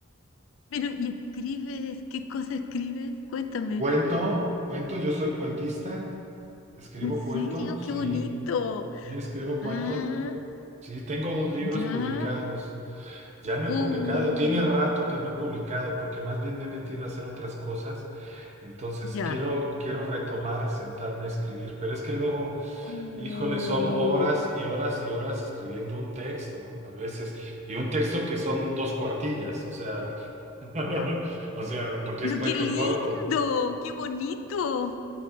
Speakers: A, on the left (about 65°); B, on the right (about 35°).
A: Pero, ¿y escribes? ¿Qué cosa escribes? Cuéntame.
B: Cuento, cuento, yo soy cuentista, escribo
A: ¿En serio?
B: cuento, sí,
A: ¡Qué bonito!
B: y escribo cuento,
A: Ah,
B: sí, tengo dos libros
A: ya.
B: publicados. Ya no
A: Uh,
B: he publicado, tiene rato que no he publicado porque más bien me he metido a hacer otras cosas, entonces
A: ya.
B: quiero, quiero retomar, sentarme a escribir, pero es que luego,
A: Oh,
B: híjole, son horas y horas y horas escribiendo un texto a veces, y un texto que son dos cuartillas, o sea, <laughs>
A: ya.
B: o sea, porque
A: Pero
B: es cuento
A: qué lindo,
B: corto.
A: qué bonito.